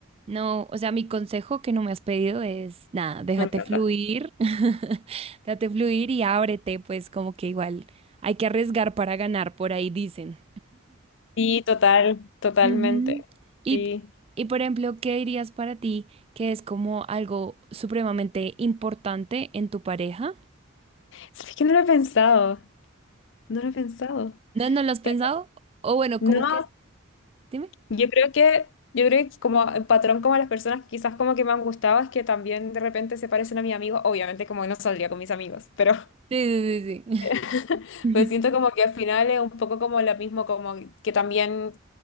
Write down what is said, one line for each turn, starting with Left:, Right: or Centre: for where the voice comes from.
Right: no, o sea, mi consejo que no me has pedido es nada, déjate
Left: me encanta.
Right: fluir, <laughs> déjate fluir y ábrete, pues como que igual hay que arriesgar para ganar, por ahí dicen.
Left: Sí, total, totalmente,
Right: Ujú. Y,
Left: sí.
Right: y por ejemplo, ¿qué dirías para ti que es como algo supremamente importante en tu pareja?
Left: ¿Sabes que no lo he pensado? No lo he pensado.
Right: ¿No, no lo has pensado?
Left: Eh,
Right: O bueno, como
Left: No,
Right: que, dime.
Left: Yo creo que, yo creo que como el patrón como las personas que quizás como que me han gustado es que también de repente se parecen a mis amigos, obviamente como no saldría con mis amigos, pero,
Right: Sí, sí, sí, sí.
Left: <laughs>
Right: <laughs> Ujú.
Left: pero siento como que al final es un poco como lo mismo, como que también